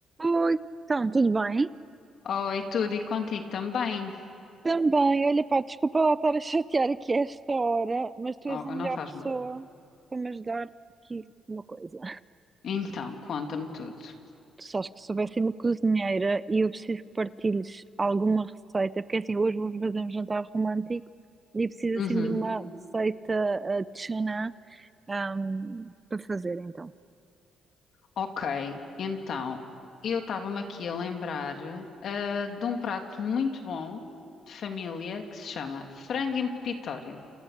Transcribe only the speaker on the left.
Oi, tudo e contigo também.
Oh,
não faz
mal.
Então, conta-me tudo.
Uhum.
Ok, então, eu estava-me aqui a lembrar, ah, de um prato muito bom de família que se chama frango em pepitóreo.